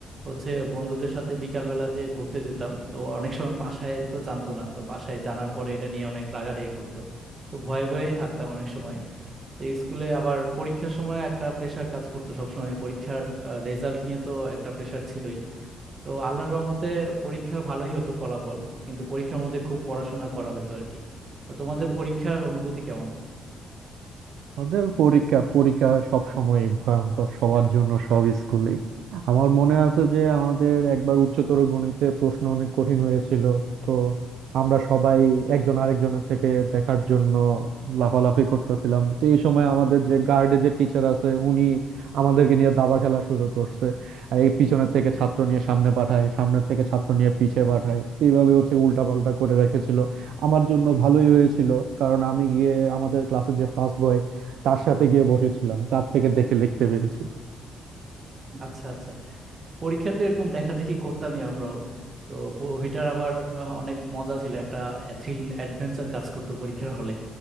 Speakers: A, on the right (about 30°); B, on the right (about 75°).
A: হচ্ছে বন্ধুদের সাথে বিকালবেলা যে ঘুরতে যেতাম তো অনেক সময় বাসায় তো জানতো না তো বাসায় জানার পরে এটা নিয়ে অনেক রাগারাগি করতো তো ভয়ে ভয়েই থাকতাম অনেক সময় তো স্কুলে আবার পরীক্ষার সময় একটা প্রেশার কাজ করতো সব সময় পরীক্ষার রেজাল্ট নিয়ে তো একটা প্রেশার ছিলই তো আল্লাহর রহমতে পরীক্ষা ভালোই হতো ফলাফল কিন্তু পরীক্ষার মধ্যে খুব পড়াশোনা করা হতো আর কি তো তোমাদের পরীক্ষার অনুভূতি কেমন
B: তাদের পরীক্ষা পরীক্ষা সব সময় ভয়ঙ্কর সবার জন্য সব স্কুলেই আমার মনে আছে যে আমাদের একবার উচ্চতর গণিতে প্রশ্ন অনেক কঠিন হয়েছিল তো আমরা সবাই একজন আরেকজনের থেকে দেখার জন্য লাফালাফি করতেছিলাম তো এই সময় আমাদের যে গার্ডে যে টিচার আছে উনি আমাদেরকে নিয়ে দাবা খেলা শুরু করছে আর এই পিছনের থেকে ছাত্র নিয়ে সামনে পাঠায় সামনে থেকে ছাত্র নিয়ে পিছে পাঠায় তো এইভাবে হচ্ছে উল্টা পাল্টা করে রেখেছিল আমার জন্য ভালোই হয়েছিল কারণ আমি গিয়ে আমাদের ক্লাসে যে ফার্স্ট বয় তার সাথে গিয়ে বসেছিলাম তার থেকে দেখে লিখতে পেরেছি
A: আচ্ছা আচ্ছা পরীক্ষাতে এরকম দেখা দেখি করতামই আমরাও তো প- ওইটার আবার আহ, অনেক মজা ছিল একটা থ্রিল অ্যাডভেঞ্চার কাজ করতো পরীক্ষার হলে